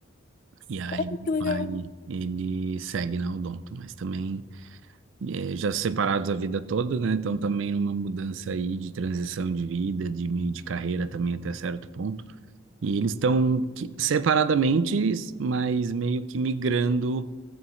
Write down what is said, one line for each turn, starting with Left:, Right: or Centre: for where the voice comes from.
Right: E aí,
Left: Ah,
Right: meu
Left: que legal.
Right: pai, ele segue na odonto, mas também eh, já separados a vida toda, né? Então, também uma mudança aí de transição de vida, de meio de carreira também até certo ponto. E eles estão que- separadamente, mas meio que migrando